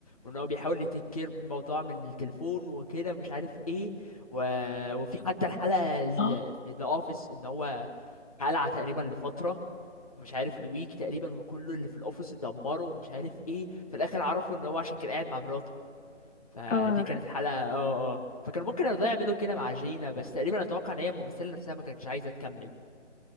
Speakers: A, on the left; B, on the left.
A: وان هو بيحاول يتيك كير من الموضوع من التليفون وكده مش عارف ايه و... وفي حتى الحلقه ال-
B: اه
A: في ذا اوفيس ان هو قلع تقريبا لفتره مش عارف لويك تقريبا وكله اللي في الاوفيس اتدمروا ومش عارف ايه في الاخر عرفوا ان هو عشان كان قاعد مع مراته فدي
B: اه انا
A: كانت
B: بح-
A: حلقه اه اه آه. فكان ممكن يرضى يعملوا كده مع جينا بس تقريبا اتوقع ان هي الممثله نفسها ما كانتش عايزه تكمل